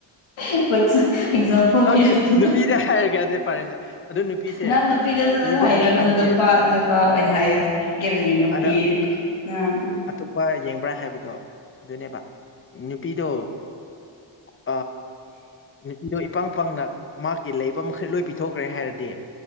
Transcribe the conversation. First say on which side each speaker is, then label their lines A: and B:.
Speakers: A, on the left; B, on the left.
A: ꯑꯦꯛꯖꯥꯝꯄꯜ
B: ꯑꯣꯀꯦ
A: ꯄꯤꯔꯒꯅꯨ
B: ꯅꯨꯄꯤꯗꯤ ꯍꯥꯏꯔꯒꯦ ꯑꯗꯨꯗꯤ ꯐꯔꯦꯁꯦ ꯑꯗꯨ ꯅꯨꯄꯤꯁꯦ
A: ꯅꯪ ꯅꯨꯄꯤꯗꯁꯨ
B: ꯏꯕ
A: ꯍꯥꯏꯔꯒꯅꯨ
B: ꯍꯧꯕ ꯀꯥꯟꯗꯗꯤ
A: ꯅꯨꯄꯥ ꯅꯨꯄꯥ ꯑꯣꯏꯅ ꯍꯥꯏꯌꯣ ꯀꯔꯤꯒꯤ ꯅꯨꯄꯤ
B: ꯑꯗ
A: ꯎ
B: ꯑꯇꯣꯞꯄ ꯌꯦꯡꯕ꯭ꯔꯥ ꯍꯥꯏꯕꯗꯣ ꯑꯗꯨꯅꯦꯕ ꯅꯨꯄꯤꯗꯣ ꯑ ꯅꯨꯄꯤꯗꯣ ꯏꯄꯪ ꯄꯪꯅ ꯃꯥꯒꯤ ꯂꯩꯕ ꯃꯈꯩ ꯂꯣꯏ ꯄꯤꯊꯣꯛꯈ꯭ꯔꯦ ꯍꯥꯏꯔꯗꯤ